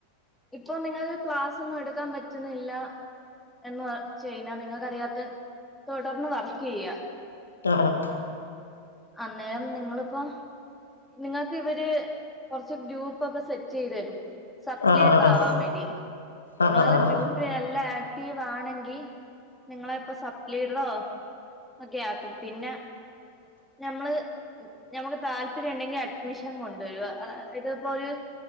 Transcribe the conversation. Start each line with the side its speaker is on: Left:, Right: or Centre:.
Centre: ഇപ്പൊ നിങ്ങൾക്ക് ക്ലാസ് ഒന്നും എടുക്കാൻ പറ്റുന്നില്ല എന്ന് ചെയ്യ്നാ നിങ്ങക്കറിയാത്ത തുടർന്ന് വർക്ക് യ്യാ
Left: ആഹ് ആഹ്
Centre: അന്നേരം നിങ്ങള്പ്പോ നിങ്ങക്ക് ഇവര് കോർച്ച് ഗ്രൂപ്പ് ഒക്കെ സെറ്റ് ചെയ്ത് തരും സ
Left: ആഹ്
Centre: ലീഡർ
Left: ആഹ് ആഹ് ആഹ് ആഹ് ആഹ് ആഹ് ആഹ്
Centre: ആവാൻ വേണ്ടി നിങ്ങളത്
Left: ആഹ് ആഹ്
Centre: ഗ്രൂ
Left: ആഹ്
Centre: നല്ല ആക്റ്റീവ് ആണെങ്കി നിങ്ങളെ ഇപ്പോ സപ് ലീഡ്റോ ഒക്കെ ആക്കും പിന്നെ നമ്മള് നമ്മക്ക് താല്പര്യം ഉണ്ടെങ്കി അഡ്മിഷൻ കൊണ്ടുവരുക അഹ് ഇത്പ്പോ ഒര്